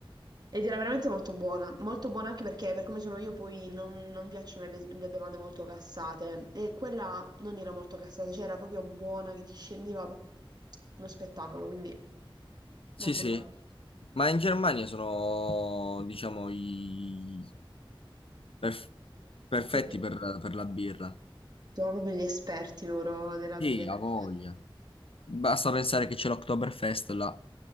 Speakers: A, on the right; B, on the left.
A: Ed era veramente molto buona, molto buona anche perché per come sono io poi non, non mi piacciono le, be- le bevande molto cassate e quella non era molto cassata, cioè era proprio buona che ti scendeva uno spettacolo, quindi
B: Sì,
A: molto
B: sì.
A: buona.
B: Ma in Germania sono, diciamo, i perf- perfetti
A: Quindi
B: per, per la birra.
A: sono proprio gli esperti loro della
B: Sì,
A: birra,
B: ha
A: infatti.
B: voglia. Basta pensare che c'è l'Oktoberfest là.